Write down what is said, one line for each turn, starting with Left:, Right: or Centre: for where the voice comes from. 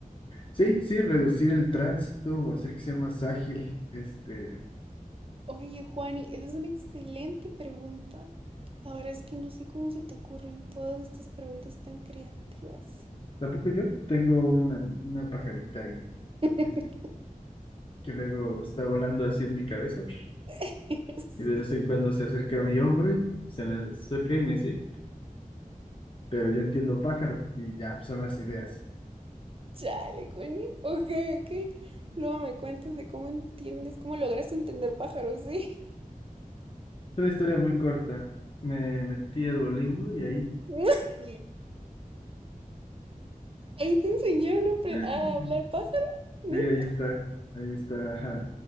Left: Sí, sí, reducir el tránsito o hacer que sea más ágil. Este,
Right: Oye, Juani, esa es una excelente pregunta. La verdad es que no sé cómo se te ocurren todas estas preguntas tan creativas.
Left: tampoco yo tengo una, una pajarita ahí
Right: <laughs>
Left: es- que luego está volando así en mi cabeza
Right: Sí.
Left: y de vez en cuando se acerca a mi hombro y se me acerca y me dice, pero yo entiendo pájaro y ya pues, son las ideas.
Right: Chale, Juani. Ok, ok. Luego me cuentas de cómo entiendes, cómo lograste entender pájaros, ¿sí?
Left: Es una historia muy corta. Me metí a Duolingo y ahí,
Right: <laughs> Ahí te enseñaron a, apre-
Left: <laughs>
Right: a hablar pájaro, neta.
Left: sí, ahí está, ahí está, ajá,